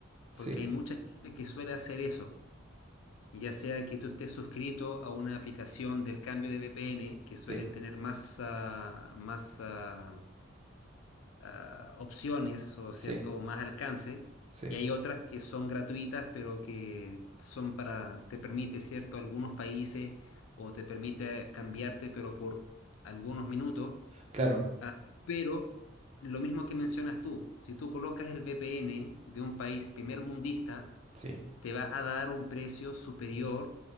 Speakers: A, on the right; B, on the left.
A: Sí,
B: Porque hay mucha gente que suele hacer eso. ya sea que tú estés suscrito a una aplicación del cambio de VPN, que suelen
A: sí,
B: tener más, ah, más ah, ah, opciones o cierto,
A: sí,
B: más alcance,
A: sí.
B: y hay otras que son gratuitas, pero que son para, te permite, cierto, algunos países o te permite cambiarte, pero por algunos minutos.
A: Claro,
B: Ah, pero lo mismo que mencionas tú, si tú colocas el VPN de un país primer mundista,
A: sí,
B: te va a dar un precio superior